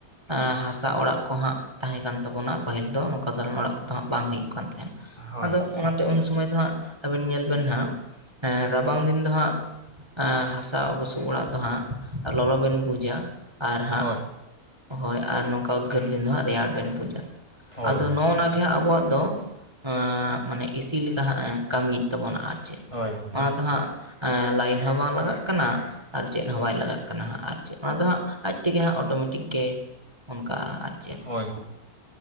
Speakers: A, on the right (about 15°); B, on the left (about 20°).
A: ᱮᱸ ᱦᱟᱥᱟ ᱚᱲᱟᱜ ᱠᱚ ᱦᱟᱸᱜ ᱛᱟᱦᱮᱸ ᱠᱟᱱ ᱛᱟᱵᱚᱱᱟ ᱯᱟᱹᱦᱤᱞ ᱫᱚ ᱱᱚᱝᱠᱟ ᱫᱚᱞᱟᱱ ᱚᱲᱟᱜ ᱠᱚᱫᱚ ᱦᱟᱸᱜ ᱵᱟᱝ ᱦᱩᱭᱩᱜ ᱠᱟᱱ ᱛᱟᱦᱮᱸᱫ᱾
B: ᱦᱳᱭ
A: ᱟᱫᱚ ᱚᱱᱟᱛᱮ ᱩᱱ ᱥᱚᱢᱚᱭ ᱫᱚ ᱦᱟᱸᱜ ᱟᱵᱮᱱ ᱧᱮᱞ ᱵᱮᱱ ᱦᱟᱸᱜ ᱨᱟᱵᱟᱝ ᱫᱤᱱ ᱫᱚ ᱦᱟᱸᱜ, ᱮᱸ ᱦᱟᱥᱟ ᱵᱩᱥᱩᱵ ᱚᱲᱟᱜ ᱫᱚ ᱦᱟᱸᱜ ᱞᱚᱞᱚᱵᱮᱱ ᱵᱩᱡᱟ᱾ ᱟᱨ ᱦᱟᱸᱜ
B: ᱦᱳᱭ
A: ᱦᱳᱭ ᱟᱨ ᱱᱚᱝᱠᱟ ᱩᱫᱽᱜᱟᱹᱨ ᱫᱤᱱ ᱫᱚ ᱦᱟᱸᱜ ᱨᱮᱭᱟᱲ ᱵᱮᱱ ᱯᱩᱡᱟ᱾
B: ᱦᱳᱭ
A: ᱟᱫᱚ ᱱᱚᱜᱼᱚᱱᱟ ᱜᱮ ᱦᱟᱸᱜ ᱟᱵᱚᱣᱟᱜ ᱫᱚ ᱟᱺ ᱢᱟᱱᱮ ᱤᱥᱤ ᱞᱮᱠᱟ ᱦᱟᱸᱜ ᱮ ᱠᱟᱹᱢᱤᱭᱮᱫ ᱛᱟᱵᱚᱱᱟ᱾ ᱟᱨ ᱪᱮᱫ
B: ᱦᱳᱭ ᱦᱳᱭ᱾
A: ᱟ ᱫᱚ ᱦᱟᱸᱜ ᱮᱸ ᱞᱟᱭᱤᱱ ᱦᱚᱸ ᱵᱟᱝ ᱞᱟᱜᱟᱜ ᱠᱟᱱᱟ᱾ ᱟᱨ ᱪᱮᱫ ᱦᱚᱸ ᱵᱟᱭ ᱞᱟᱜᱟᱜ ᱠᱟᱱᱟ ᱦᱟᱸᱜ᱾ ᱟᱨ ᱪᱮᱫ? ᱚᱱᱟ ᱫᱚ ᱦᱟᱸᱜ ᱟᱡ ᱛᱮᱜᱮ ᱦᱟᱸᱜ ᱚᱴᱳᱢᱮᱴᱤᱠ ᱜᱮ? ᱚᱱᱠᱟ ᱟᱡ
B: ᱦᱳᱭ ᱦᱳ,